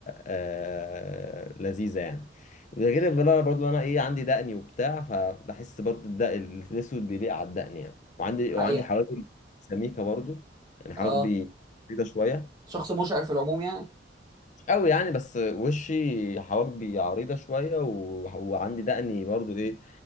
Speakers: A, on the left; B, on the right.
A: آه لذيذه يعني وده غير بقى برضه انا ايه عندي دقني وبتاع فبحس برضه الدقن الاسود بيليق على الدقن يعني وعندي
B: حقيقه
A: وعندي حواجب سميكه برضه يعني حواجبي
B: اه
A: بيضه شويه
B: شخص مشعر في العموم يعني
A: قوي يعني بس وشي حواجبي عريضة شوية و... وعندي دقني برضو ايه